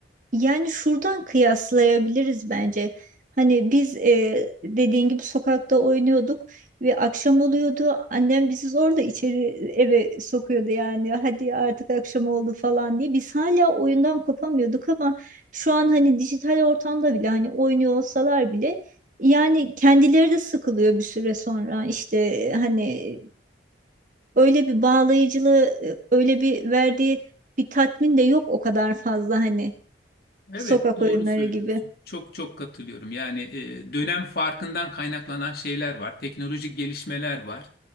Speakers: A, on the right; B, on the left.
A: Yani şuradan kıyaslayabiliriz bence. Hani biz e, dediğin gibi sokakta oynuyorduk ve akşam oluyordu. Annem bizi zor da içeri eve sokuyordu yani. Hadi artık akşam oldu falan diye. Biz hala oyundan kopamıyorduk ama şu an hani dijital ortamda bile hani oynuyor olsalar bile yani kendileri de sıkılıyor bir süre sonra. İşte e, hani öyle bir bağlayıcılığı, e, öyle bir verdiği bir tatmin de yok o kadar fazla hani.
B: Evet,
A: Sokak
B: doğru
A: oyunları
B: söylüyorsun.
A: gibi.
B: Çok çok katılıyorum. Yani e, dönem farkından kaynaklanan şeyler var. Teknolojik gelişmeler var.